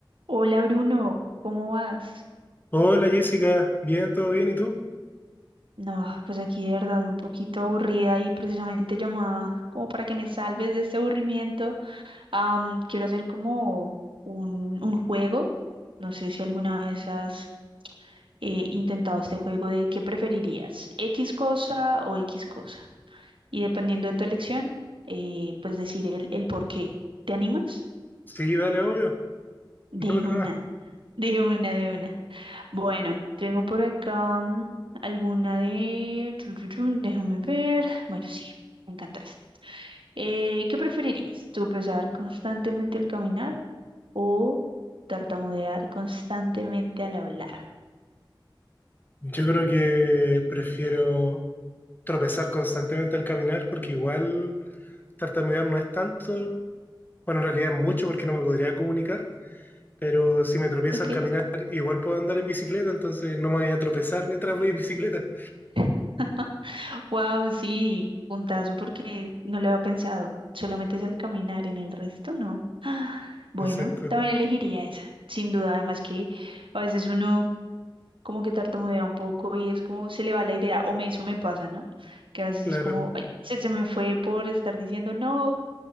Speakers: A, on the right; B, on the left.
A: Hola Bruno, ¿cómo vas?
B: Hola Jessica, bien, todo bien, ¿y tú?
A: No, pues aquí de verdad un poquito aburrida y precisamente llamada como para que me salves de este aburrimiento. Am, quiero hacer como un, un juego. No sé si alguna vez has eh, intentado este juego de qué preferirías, X cosa o X cosa. Y dependiendo de tu elección, eh, pues decir el, el por qué. ¿Te animas?
B: Sí, dale, obvio,
A: De
B: dale problema.
A: una, de una, de una. Bueno, tengo por acá mm, alguna de... chu, chu, chu, déjame ver. Bueno, sí, me encanta esta. Eh, ¿qué preferirías? ¿Tropezar constantemente al caminar o tartamudear constantemente al hablar?
B: Yo creo que prefiero tropezar constantemente al caminar porque igual tartamudear no es tanto, bueno, en realidad es mucho porque no me podría comunicar, pero si me tropiezo
A: ¿Ok?
B: al caminar igual puedo andar en bicicleta, entonces no me voy a tropezar mientras voy en bicicleta.
A: <laughs> Wow, sí, puntazo porque no lo había pensado. Solamente es al caminar, en el resto no. Bueno,
B: <laughs> Exacto,
A: también elegiría esa, sin duda. Además que a veces uno como que tartamudea un poco y es como se le va la idea, o me, eso me pasa, ¿no? Que a veces
B: claro,
A: es como, ay, se, se me fue por estar diciendo, no,